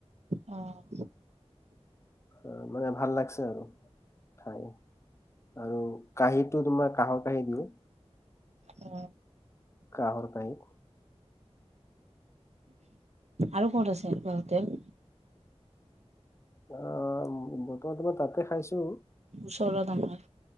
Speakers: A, on the right; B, on the left.
A: অ'।
B: অ', মানে ভাল লাগছে আৰু খাই। আৰু কাঁহীটো তোমাৰ কাঁহৰ কাঁহী দিয়ে।
A: অ
B: কাঁহৰ কাঁহী।
A: আৰু ক'ত আছে এনেকুৱা হোটেল।
B: অ', বৰ্তমান তোমাৰ তাতে খাইছো।
A: ওচৰত আমাৰ।